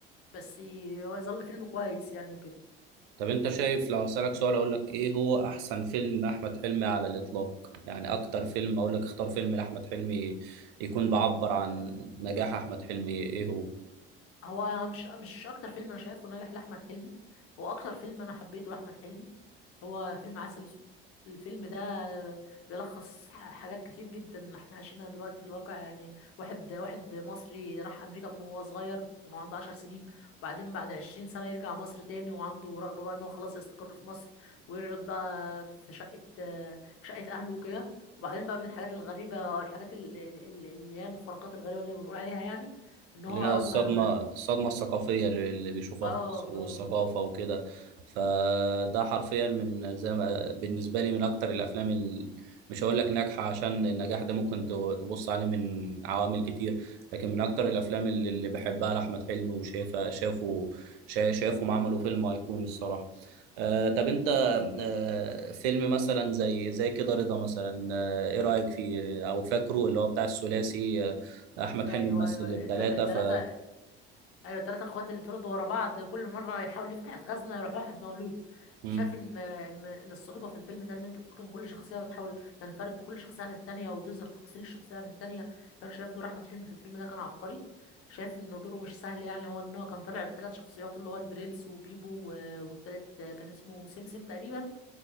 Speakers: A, on the left; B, on the right.
A: بس هو يظل فيلم كويس يعني وكده
B: طب انت شايف لو اسالك سؤال اقول لك ايه هو احسن فيلم احمد حلمي على الاطلاق يعني اكتر فيلم اقول لك اختار فيلم لاحمد حلمي يكون بعبر عن نجاح احمد حلمي ايه هو
A: هو مش مش اكتر فيلم انا شايفه ناجح لاحمد حلمي هو اكتر فيلم انا حبيته لاحمد حلمي هو فيلم عسل اسود الفيلم ده بيلخص ح- حاجات كتير جدا احنا عايشينها دلوقتي في الواقع يعني واحد واحد مصري راح امريكا من وهو صغير من وهو عنده 10 سنين وبعدين بعد 20 سنة يرجع مصر تاني وعنده رغبة بقى ان هو خلاص يستقر في مصر ويقعد بقى في شقة في شقة اهله وكده وبعدين بقى من الحاجات الغريبة او الحاجات ال- ال- ال- اللي هي المفارقات الغريبة اللي بنقول عليها يعني ان هو
B: اللي هي
A: اول
B: الصدمة
A: ما
B: الصدمة الثقافية اللي اللي بيشوفها
A: اه
B: في مصر
A: اه
B: والثقافة وكده فده حرفيا من زي ما بالنسبة لي من أكتر الأفلام ال- مش هقول لك ناجحة عشان النجاح ده ممكن ت- تبص عليه من عوامل كتير لكن من أكتر الأفلام اللي اللي بحبها لأحمد حلمي وشايفها شافوا شا- شافهم عملوا فيلم أيقوني الصراحة آه طب أنت آه فيلم مثلا زي زي كده رضا مثلا آه إيه رأيك فيه أو فاكره اللي هو بتاع الثلاثي آه، احمد
A: ايوه
B: حلمي مثل
A: ايوه
B: الثلاثه
A: الت- التلاتة
B: ف
A: ايوه التلاتة اخوات اللي اتولدوا ورا بعض كل مره يحاول يفتح الخزنه يروح واحد مولود
B: مم.
A: شايف ان ان ان الصعوبه في الفيلم ده ان انت تتقن كل شخصيه وتحاول تنفرد بكل شخصيه عن التانية وتظهر تفاصيل الشخصيه عن التانية فانا شايف دور احمد حلمي في الفيلم ده كان عبقري شايف ان دوره مش سهل يعني هو ان هو كان طالع بثلاث شخصيات اللي هو البرنس وبيبو و- والتالت كان اسمه سمسم تقريبا